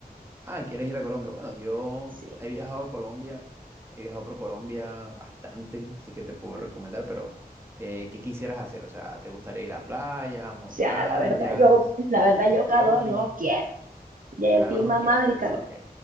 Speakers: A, on the right (about 15°); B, on the right (about 60°).
A: Ah, ¿quieres ir a Colombia? Bueno, yo
B: Sí,
A: he
B: o
A: viajado a Colombia, he viajado por Colombia bastante, así que te puedo recomendar, pero eh, ¿qué quisieras hacer? O sea, ¿te gustaría ir a playa, montañas,
B: sea, la verdad, yo, la verdad,
A: historia?
B: yo calor no quiero. Ya
A: ¿Calor
B: estoy mamá
A: no quieres?
B: del calor.
A: Ok,
B: O